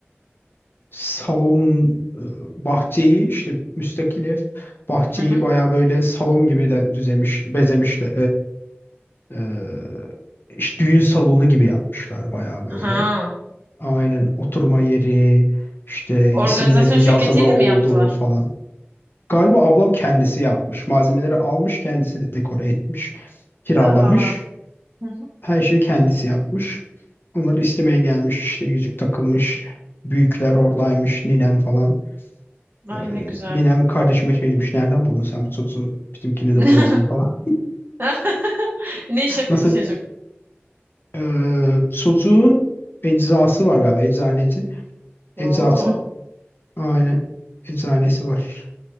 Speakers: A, on the left; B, on the right.
A: salon e, bahçeyi işte müstakil ev bahçeyi
B: Hı hı.
A: baya böyle salon gibi de düzemiş bezemiş de e, e, işte düğün salonu gibi yapmışlar baya böyle.
B: Ha,
A: Aynen oturma yeri işte
B: organizasyon
A: isimlerinin yazılı
B: şirketiyle
A: olduğu
B: mi yaptılar?
A: falan. Galiba ablam kendisi yapmış. Malzemeleri almış kendisi de dekore etmiş. Kiralamış.
B: Ya. Hı hı.
A: Her şeyi kendisi yapmış. Onları istemeye gelmiş işte yüzük takılmış. Büyükler oradaymış ninem falan.
B: Ay
A: Ee,
B: ne güzel.
A: nenem kardeşime şey demiş. Nereden buldun sen bu sosu? Bizimkine de
B: <laughs>
A: bulalım falan.
B: <laughs> Ne iş yapıyor
A: Nasıl?
B: ki çocuk?
A: Ee, sosuğun eczası var galiba. Eczaneci. Eczası.
B: Oo,
A: Aynen. Eczanesi var.